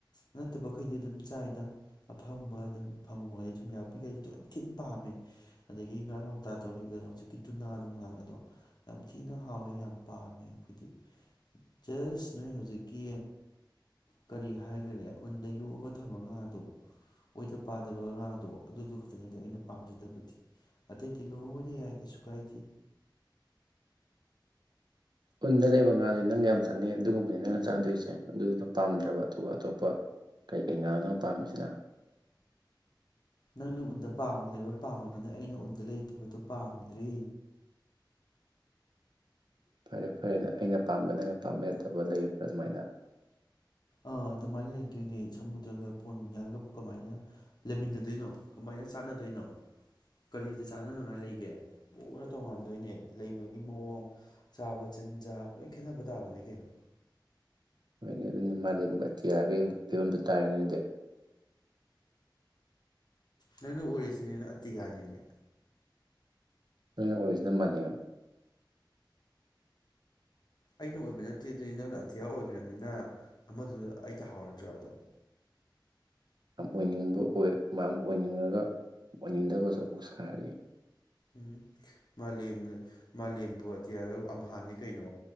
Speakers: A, on the left; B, on the right.
A: ꯅꯠꯇꯕꯈꯩꯗꯤ ꯑꯗꯨꯝ ꯆꯥꯏꯗ ꯑꯐꯪꯕ ꯑꯗꯨꯝ ꯐꯪꯉꯣꯏ ꯊꯨꯝꯌꯥꯛꯄꯤꯒꯇꯣ ꯌꯥꯝ ꯊꯤꯟ ꯄꯥꯝꯃꯦ ꯑꯗꯒꯤ ꯉꯥꯎꯇꯥ ꯇꯧꯔꯤꯕꯗꯣ ꯍꯧꯖꯤꯛꯀꯤ ꯇꯨꯅꯥ ꯅꯨꯡꯅꯥꯒꯗꯣ ꯌꯥꯝ ꯊꯤꯅ ꯍꯥꯎꯋꯦ ꯌꯥꯝ ꯄꯥꯝꯃꯦ ꯑꯩꯈꯣꯏꯗꯤ ꯖꯁ ꯅꯣꯏ ꯍꯧꯖꯤꯛꯀꯤ ꯀꯔꯤ ꯍꯥꯏꯒꯔꯦ ꯎꯟꯗ ꯌꯣꯛꯑꯒ ꯊꯝꯃ ꯉꯥꯗꯣ ꯑꯣꯏꯗ ꯄꯥꯗꯕ ꯉꯥꯗꯣ ꯑꯗꯨꯗꯨ ꯈꯛꯇꯅꯤꯗ ꯑꯩꯅ ꯄꯥꯝꯖꯗꯕꯗꯤ ꯑꯇꯩꯗꯤ ꯂꯣꯏꯅ ꯌꯥꯏ ꯀꯩꯁꯨ ꯀꯥꯏꯗꯦ
B: ꯎꯟꯗ ꯂꯩꯕ ꯉꯥꯗꯤ ꯅꯪꯒ ꯌꯥꯝ ꯆꯥꯅꯩ ꯑꯗꯨꯒꯨꯝꯕꯗꯨꯅꯦ ꯅꯪꯅ ꯆꯥꯗꯣꯏꯁꯦ ꯑꯗꯨꯅ ꯄꯥꯝꯗ꯭ꯔꯕ ꯑꯗꯨ ꯑꯇꯣꯞꯄ ꯀꯩ ꯀꯩ ꯉꯥꯅꯣ ꯅꯪ ꯄꯥꯝꯃꯤꯁꯤꯅ
A: ꯅꯪꯅ ꯎꯟꯗ ꯄꯥꯝꯅ ꯂꯩꯕ ꯄꯥꯝꯃꯅꯤꯅ ꯑꯩꯅ ꯎꯟꯗ ꯂꯩꯇꯕꯗꯣ ꯄꯥꯝꯗ꯭ꯔꯦ
B: ꯐꯔꯦ ꯐꯔꯦꯅꯦ ꯑꯩꯅ ꯄꯥꯝꯕ ꯅꯪꯅ ꯄꯥꯝꯕ ꯌꯥꯗꯕ ꯂꯩꯔꯤꯕ꯭ꯔ ꯑꯗꯨꯃꯥꯏꯅ
A: ꯑꯥ ꯑꯗꯨꯃꯥꯏꯅ ꯂꯩꯗꯣꯏꯅꯦ ꯁꯃꯨꯗ꯭ꯔꯒ ꯄꯣꯟꯒꯤ ꯉꯥꯒꯕꯨ ꯀꯃꯥꯏꯅ ꯂꯩꯃꯤꯟꯅꯗꯣꯏꯅꯣ ꯀꯃꯥꯏꯅ ꯆꯥꯟꯅꯗꯣꯏꯅꯣ ꯀꯔꯤꯗ ꯆꯥꯅꯅꯉꯥꯏ ꯂꯩꯒꯦ ꯄꯨꯔ ꯇꯣꯡꯉꯥꯟꯗꯣꯏꯅꯦ ꯂꯩꯕꯒꯤ ꯃꯑꯣꯡ ꯆꯥꯕ ꯆꯤꯟꯖꯥꯛ ꯂꯣꯏ ꯈꯦꯠꯅꯕ ꯇꯥꯕꯅꯦ ꯀꯩꯅꯣ
B: ꯍꯣꯏꯅꯦ ꯑꯗꯨꯅꯤ ꯃꯥꯂꯦꯝ ꯑꯇꯤꯌꯥꯒꯤ ꯐꯤꯕꯝꯗꯨ ꯇꯥꯔꯦꯅꯦ ꯑꯗꯨꯗꯤ
A: ꯅꯪꯅ ꯑꯣꯢꯔꯤꯁꯤꯅ ꯑꯇꯤꯌꯥꯅꯤꯅꯦ
B: ꯅꯪꯅ ꯑꯣꯏꯁꯤꯅ ꯃꯥꯂꯦꯝ
A: ꯑꯩꯅ ꯑꯣꯏꯕ ꯅꯠꯇꯦ ꯑꯗꯨꯗꯤ ꯅꯪꯅ ꯑꯇꯤꯌꯥ ꯑꯣꯏꯒ꯭ꯔꯝꯅꯤꯅ ꯑꯃꯗꯨ ꯑꯩ ꯇꯥꯍꯧꯔꯗ꯭ꯔꯣ ꯑꯗꯨꯝ
B: ꯌꯥꯝ ꯑꯣꯏꯅꯤꯡꯕ ꯑꯣꯏ ꯃꯥ ꯑꯣꯏꯅꯤꯡꯉꯒ ꯑꯣꯏꯅꯤꯡꯗꯕꯁꯨ ꯑꯃꯨꯛ ꯁꯥꯔꯤ
A: ꯎꯝ ꯃꯥꯂꯦꯝ ꯃꯥꯂꯦꯝꯕꯨ ꯑꯇꯤꯌꯥꯒ ꯑꯝꯍꯥꯟꯅꯤ ꯀꯩꯅꯣ